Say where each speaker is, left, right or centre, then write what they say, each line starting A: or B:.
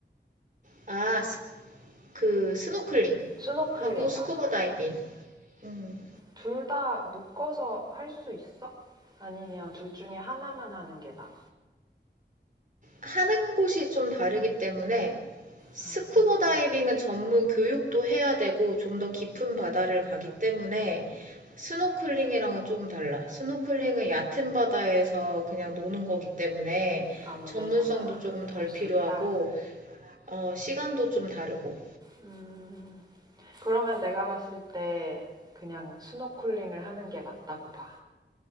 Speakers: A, on the right (about 45°); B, on the right (about 20°).
A: 아, 스- 그 스노클링
B: 스노클링
A: 하고 스쿠버
B: 맞아.
A: 다이빙. 음,
B: 둘 다 묶어서 할 수 있어? 아니면 둘 중에 하나만 하는 게 나?
A: 하는 곳이 좀 다르기 때문에 스쿠버
B: 아,
A: 다이빙은 전문 교육도 해야 되고 좀 더 깊은 바다를 가기 때문에 스노클링이랑은 조금 달라. 스노클링은 얕은 바다에서 그냥 노는 거기 때문에
B: 아무
A: 전문성도
B: 데서나
A: 조금 덜
B: 할 수
A: 필요하고
B: 있다.
A: 어, 시간도 좀 다르고
B: 음, 그러면 내가 봤을 때 그냥 스노클링을 하는 게 맞다고 봐.